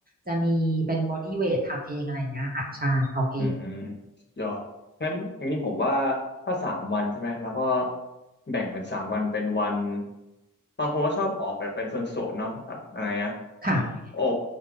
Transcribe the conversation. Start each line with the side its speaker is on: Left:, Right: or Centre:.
Right: จะมีเป็นบอดี้เวททำเองอะไรเงี้ยค่ะใช่ออกเอง
Left: อืมยอดงั้นอย่างนี้ผมว่าถ้าสามวันใช่ไหมแล้วก็แบ่งเป็นสามวันเป็นวันบางคนก็ชอบออกไปเป็นส่วนๆเนาะแบบอะไรนะ
Right: ค่ะ
Left: อก